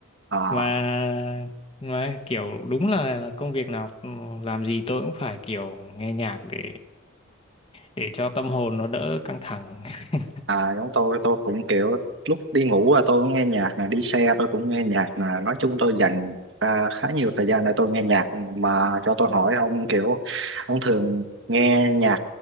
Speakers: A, on the right; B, on the left.
A: à,
B: mà, mà kiểu đúng là công việc nào ừ, làm gì tôi cũng phải kiểu nghe nhạc để để cho tâm hồn nó đỡ căng thẳng. <laughs>
A: à, giống tôi tôi cũng kiểu lúc đi ngủ là tôi cũng nghe nhạc, là đi xe tôi cũng nghe nhạc, là nói chung tôi dành ra khá nhiều thời gian để tôi nghe nhạc. Mà cho tôi hỏi ông kiểu ông thường nghe nhạc